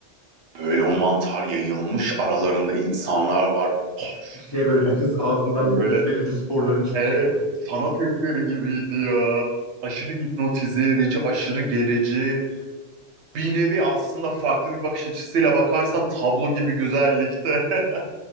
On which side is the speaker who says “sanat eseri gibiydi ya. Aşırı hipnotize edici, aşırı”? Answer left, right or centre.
Right